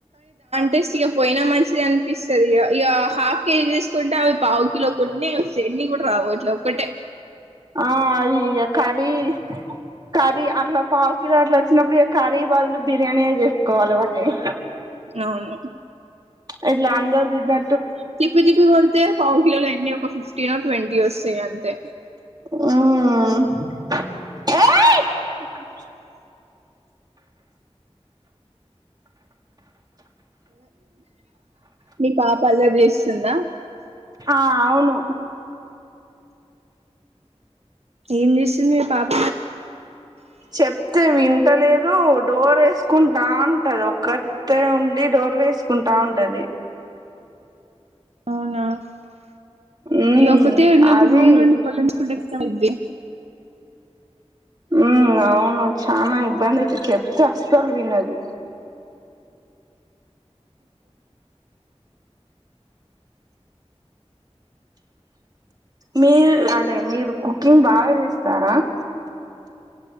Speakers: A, on the right; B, on the right.
A: టెస్ట్ ఇక పోయినా మంచిది అనిపిస్తుంది ఇక హాఫ్ కేజీ తీసుకుంటే అవి పాావు కిలో కొన్ని వస్తాన్ని కూడా రావు ఇట్లా ఒకటే
B: ఆ ఈవి కరి కారి పాల చిన్నప్పుడ కఖరీ బాదులు బిర్యానీక్కువ అలవాటిేని
A: అవును
B: ఎట్లా అందాజ వి నా
A: తటిపీ తటిపిపీ వడితే పావు కిలలో ఎడి ఒక ఫ టీన్ ట్వంటీ వస్తాయిడి అంతే
B: ఏ కే
A: నీ పాపల్లో తీస్తుంద
B: ఆ అవును
A: ఏం చేస్తుంది మీ పాప
B: చెప్తే వింటలేదు డోర్ వేసుకుంటా ఉంటది ఒక్కటే ఉండి డోర్ వేసుకుంటా ఉంటది
A: అవున
B: ఉమ్
A: ఈ ఒక్కతేన్నప్పుడు
B: అది
A: రూమ్ లోండి బలంచుకుంటే దది
B: ఉ అవును చనా ఇబ్బందితి చెప్తే అస్సలు వినదు మీరు అంటే మీరు కుకింగ్ బాగా చేస్తారా